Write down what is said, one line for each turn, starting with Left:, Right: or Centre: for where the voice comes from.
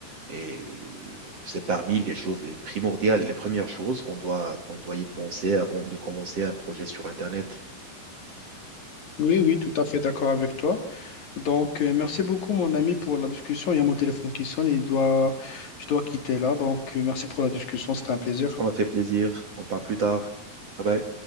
Right: Et euh, c'est parmi les choses les primordiales, les premières choses qu'on doit, qu'on doit y penser avant de commencer un projet sur Internet.
Left: oui oui tout à fait d'accord avec toi. Donc, euh, merci beaucoup, mon ami, pour la discussion. Il y a mon téléphone qui sonne et il doit, je dois quitter là. Donc, euh, merci pour la discussion. C'était un plaisir.
Right: Ça m'a fait plaisir. On parle plus tard. Bye bye.